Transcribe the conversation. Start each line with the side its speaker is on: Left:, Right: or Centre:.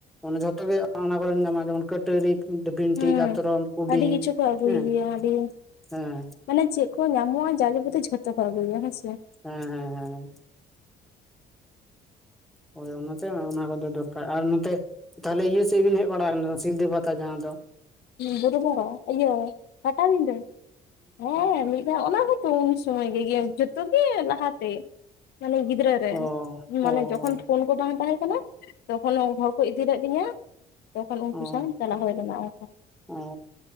Centre: ᱚᱱᱮ ᱡᱷᱚᱛᱚ ᱜᱮ ᱚᱱᱟ ᱠᱚᱨᱮ ᱧᱟᱢᱟ ᱡᱮᱢᱚᱱ ᱠᱟᱹᱴᱟᱹᱨᱤ ᱾ ᱵᱷᱤᱱᱴᱤ
Left: ᱦᱮᱸ
Centre: ᱫᱟᱛᱨᱚᱢ ᱠᱩᱰᱤ
Left: ᱟᱹᱰᱤ ᱠᱤᱪᱷᱩ ᱠᱚ ᱟᱹᱜᱩᱭ
Centre: ᱦᱮᱸ
Left: ᱜᱮᱭᱟ ᱟᱹᱰᱤ
Centre: ᱦᱮᱸ
Left: ᱢᱟᱱᱮ ᱪᱮᱫ ᱠᱚ ᱧᱟᱢᱚᱜ-ᱟ ᱡᱟᱜᱮ ᱵᱚᱛᱤ ᱡᱷᱚᱛᱚ ᱠᱚ ᱟᱹᱜᱩᱭᱟ ᱦᱮᱸᱥᱮ
Centre: ᱦᱮᱸ ᱦᱮᱸᱦᱮᱸ ᱦᱳᱭ ᱚᱱᱟᱛᱮ ᱚᱱᱟ ᱠᱚᱫᱚ ᱫᱚᱨᱠᱟᱨ ᱟᱨ ᱱᱚᱛ ᱛᱟᱦᱚᱞᱮ ᱤᱭᱟᱹ ᱥᱮᱫ ᱵᱮᱱ ᱦᱮᱡ ᱵᱟᱲᱟ ᱟᱠᱟᱱᱟ ᱥᱤᱞᱫᱟᱹ ᱯᱟᱛᱟ ᱡᱟᱦᱟᱸ ᱫᱚ
Left: ᱵᱩᱨᱩ ᱵᱚᱸᱵᱟ ᱤᱭᱟᱹ ᱯᱟᱴᱟᱵᱤᱸᱫᱟᱹ ᱦᱮᱸ ᱢᱤᱫ ᱫᱷᱟᱣ ᱚᱱᱟ ᱛᱚ ᱩᱱ ᱥᱚᱢᱚᱭ ᱜᱮ ᱡᱚᱛᱷᱚ ᱜᱮ ᱞᱟᱦᱟ ᱛᱮ ᱢᱟᱱᱮ ᱜᱤᱫᱽᱨᱟᱹ
Centre: ᱦᱩᱸ ᱚ
Left: ᱢᱟᱱᱮ
Centre: ᱚ
Left: ᱡᱚᱠᱷᱚᱱ ᱯᱷᱳᱱ ᱠᱚ ᱵᱟᱝ ᱛᱟᱦᱮᱸ ᱠᱟᱱᱟ ᱛᱚᱠᱷᱚᱱ ᱦᱚᱲ ᱠᱚ ᱤᱫᱤ ᱞᱮᱫ ᱞᱤᱧᱟᱹ ᱛᱚᱠᱷᱚᱱ ᱩᱱᱠᱩ
Centre: ᱚ
Left: ᱥᱟᱶ ᱪᱟᱞᱟᱣ ᱦᱩᱭ ᱞᱮᱱᱟ ᱚᱱᱠᱟ
Centre: ᱚ